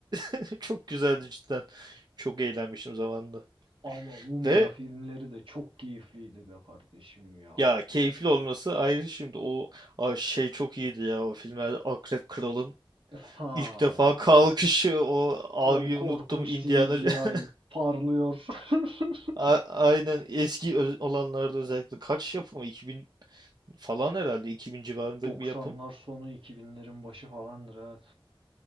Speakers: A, on the right; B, on the right.
A: <laughs> Çok güzeldi cidden. Çok eğlenmişim zamanında.
B: Ama Mumya
A: Ve
B: filmleri de çok keyifliydi be kardeşim ya.
A: ya keyifli olması ayrı şimdi o ay şey çok iyiydi ya o filmlerde Akrep Kral'ın
B: Ha.
A: ilk defa <laughs> kalkışı o abiyi
B: O
A: unuttum
B: korkunç
A: Indiana
B: CGI
A: <laughs>
B: parlıyor. <laughs>
A: A- aynen eski ö- olanlarda özellikle kaç yapımı 2000 falan herhalde 2000 civarında
B: 90'lar
A: bir yapım.
B: sonu 2000'lerin başı falandır evet.